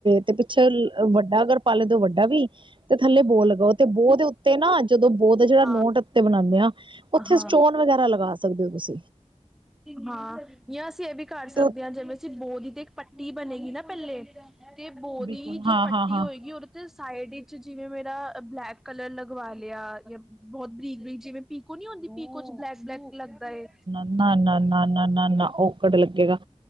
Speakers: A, on the right; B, in the centre.
A: ਤੇ ਪਿੱਛੇ ਵੱਡਾ ਅਗਰ ਪਾਲ ਤੇ ਵੱਡਾ ਵੀ ਤੇ ਥੱਲੇ ਬੋਹ ਲਗਾਓ ਤੇ ਬੋਹ ਦੇ ਉੱਤੇ ਨਾ ਨਾ ਜਦੋਂ ਬੋਤ ਜਿਹੜਾ
B: ਹਾਂ
A: ਨੋਟ ਉੱਤੇ ਬਣਾਣੇ ਆ, ਉੱਥੇ
B: ਹਾਂ
A: ਸਟੋਨ ਵਗੈਰਾ ਲਗਾ ਸਕਦੇ ਹੋ ਤੁਸੀਂ।
B: ਹਾਂ ਜਾਂ ਅਸੀਂ ਇਹ ਵੀ ਕਰ ਸਕਦੇ
A: ਤੇ
B: ਹਾਂ ਜਿਵੇਂ ਬੋ ਦੀ ਤੇ ਇੱਕ ਪੱਟੀ ਬਣੇਗੀ ਨਾ ਪਹਿਲੇ ਤੇ ਬੋ
A: ਬਿਲਕੁਲ
B: ਦੀ ਜੋ
A: ਹਾਂ
B: ਪੱਟੀ
A: ਹਾਂ ਹਾਂ
B: ਹੋਏਗੀ ਉਹ ਤੇ ਸਾਈਡ ਵਿਚ ਜਿਵੇਂ ਮੇਰਾ ਬਲੈਕ ਕਲਰ ਲਗਵਾ ਲਿਆ ਜਾਂ ਬਹੁਤ ਬਰੀਕ ਬਰੀਕ ਜਿਵੇਂ ਪੀ ਨੀ ਹੁੰਦੀ ਪੀਕੋ ਚ ਬਲੈਕ ਬਲੈਕ ਲੱਗਦਾ ਏ।
A: ਨਾ-ਨਾ-ਨਾ-ਨਾ-ਨਾ-ਨਾ ਅੱਕਵਾਰਡ ਲੱਗੇਗਾ।